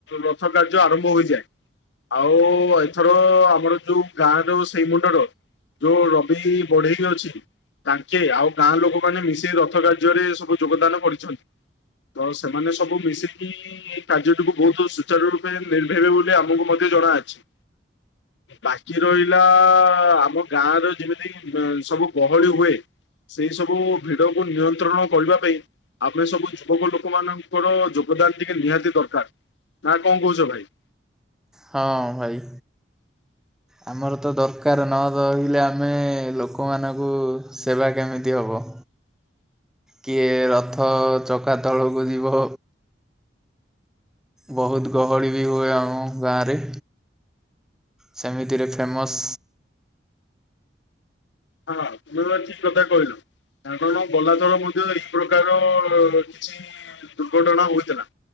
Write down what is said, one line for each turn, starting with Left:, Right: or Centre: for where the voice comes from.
Left: ର ଥ କାର୍ଯ୍ୟ ଆରମ୍ଭ ହୋଇଯଏ। ଆଉ ଏଇଥର ଆମର ଯୋଉ ଗାଁ ର ସେଇ ମୁଣ୍ଡର ଯୋଉ ରବି ବଢେଇ ଅଛି ତାଙ୍କେ ଆଉ ଗାଁ ଲୋକମାନେ ମିସେଇ ରଥ କାର୍ଯ୍ୟରେ ସବୁ ଯୋଗଦାନ କରିଛନ୍ତି। ତ ସେମାନେ ସବୁ ମିଶିକି କାର୍ଯ୍ୟଟିକୁ ବହୁତ ସୁଚାର ରୂପେ ନିର୍ଭେଇବେ ବୋଲି ଆମକୁ ମଧ୍ୟ ଜଣାଅଛି। ବାକି ରହିଲା ଆମ ଗାଁର ଯେମିତି ସବୁ ଗହଳି ହୁଏ ସେଇ ସବୁ ଭିଡକୁ ନିୟନ୍ତ୍ରଣ କରିବା ପାଇଁ ଆମେ ସବୁ ଯୁବକ ଲୋକ ମାନଙ୍କର ଯୋଗଦାନ ଟିକେ ନିହାତି ଦରକାର। ନା କଁ କହୁଛ ଭାଇ?
Centre: ହଁ ଭାଇ।
Left: <inaudible>
Centre: ଆମର ତ ଦରକାର ନ ରହିଲେ ଆମେ ଲୋକମାନଙ୍କୁ ସେବା କେମିତି ହେବ।
Left: <inaudible>
Centre: କିଏ ରଥ ଚକା ତଳକୁ ଯିବ ବହୁତ ଗହଳି ବି ହୁଏ ଆମ ଗାଁରେ। ସେମିତିରେ ଫେମସ୍।
Left: ହଁ ତୁମେ ଏବେ ଠିକ୍ କଥା କହିଲ। ତାଙ୍କର କଁ ଗଲାଥର ମଧ୍ୟ ଏହି ପ୍ରକାରର କିଛି ଦୁର୍ଘଟଣା ହୋଇଥିଲା।